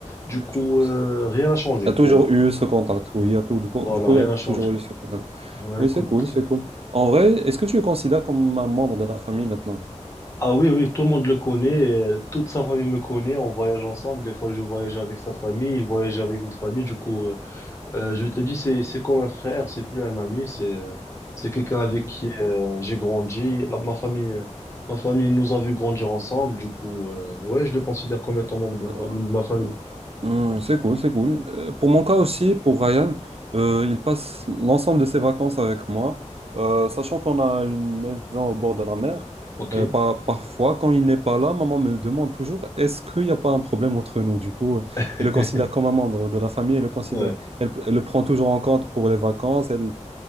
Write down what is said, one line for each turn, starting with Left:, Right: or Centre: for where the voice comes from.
Left: Du
Right: Ouais,
Left: coup,
Right: du coup,
Left: euh,
Right: c'est-
Left: rien n'a changé
Right: Il y a
Left: pour
Right: toujours
Left: moi.
Right: eu ce contact. Oui, il y a tout, du coup,
Left: Voilà,
Right: du coup,
Left: rien
Right: il y a
Left: n'a changé.
Right: toujours eu ce contact.
Left: Ouais,
Right: Oui,
Left: écoute.
Right: c'est cool, c'est cool. En vrai, est-ce que tu le considères comme un membre de la famille maintenant?
Left: Ah oui, oui, tout le monde le connaît, euh, toute sa famille me connaît, on voyage ensemble, des fois je voyage avec sa famille, il voyage avec notre famille, du coup, euh, Euh, je te dis, c'est, c'est comme un frère, c'est plus un ami, c'est, euh, c'est quelqu'un avec qui euh, j'ai grandi. La- ma famille, euh, ma famille nous a vu grandir ensemble, du coup, euh, ouais, je le considère comme étant membre de ma,
Right: Euh,
Left: de ma famille.
Right: Hum, c'est cool, c'est cool. Euh, Pour mon cas aussi, pour Ryan, euh, il passe l'ensemble de ses vacances avec moi, Euh, sachant qu'on a une maison au bord de la mer.
Left: Ok.
Right: euh, par- parfois, quand il n'est pas là, maman me demande toujours, est-ce qu'il n'y a pas un problème entre nous? Du coup, euh,
Left: <laughs>
Right: elle le considère comme un membre de la famille, elle le considère,
Left: Ouais.
Right: elle, elle le prend toujours en compte pour les vacances, elle,